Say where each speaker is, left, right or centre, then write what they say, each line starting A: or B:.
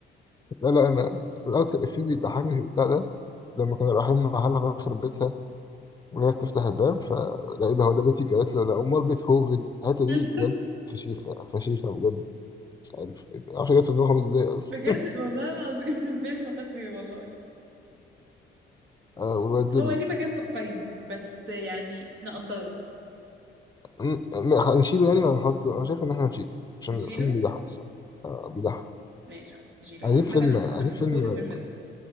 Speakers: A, on the left; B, on the right.
A: <laughs> لا لا انا الاكتر افيه بيضحكني في البتاع ده لما كانوا رايحين محلها في بيتها وهي بتفتح الباب فلقيت ده هو ده بيتك قالت له لا امال بيتهوفن الحته دي
B: <laughs>
A: بجد فشيخه فشيخه بجد مش عارف مش عارف جت في دماغهم ازاي اصلا
B: بجد والله العظيم <laughs> فيلم خطير والله
A: <laughs> آه، والواد
B: هو ليه مكان في القايمة بس يعني نقدره
A: ن- لا خ- نشيله يعني ولا نحطه انا شايف ان احنا نشيله عشان
B: نشيله
A: الفيلم بيضحك الصراحه آه، بيضحك
B: ماشي خلاص نشيله
A: عايزين
B: مثلا
A: فيلم عايزين
B: انا بسبورت
A: فيلم
B: الفيلم ده